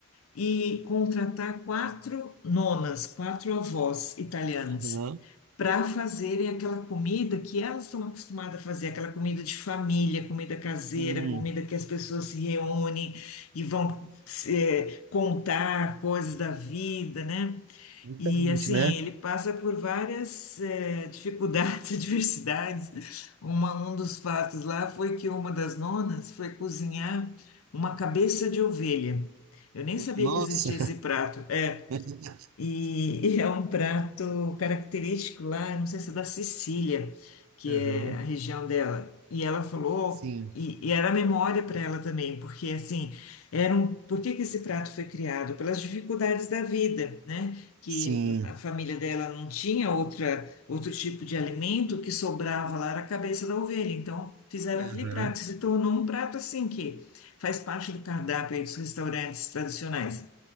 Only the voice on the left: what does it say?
e contratar quatro nonas, quatro avós italianas,
para fazerem aquela comida que elas estão acostumadas a fazer, aquela comida de família, comida caseira,
comida que as pessoas se reúnem e vão eh, contar coisas da vida, né?
E assim,
ele passa por várias eh, dificuldades, <laughs> adversidades. Uma, um dos fatos lá foi que uma das nonas foi cozinhar uma cabeça de ovelha. Eu nem sabia
que existia esse prato. É,
e, <laughs> e é um prato característico lá, não sei se é da Sicília, que
é a região dela. E ela falou,
e, e era memória para ela também, porque assim, era um, por que que esse prato foi criado? Pelas dificuldades da vida, né? Que
a família dela não tinha outra, outro tipo de alimento, o que sobrava lá era a cabeça da ovelha. Então, fizeram
aquele prato, se tornou um prato assim que faz parte do cardápio aí dos restaurantes tradicionais.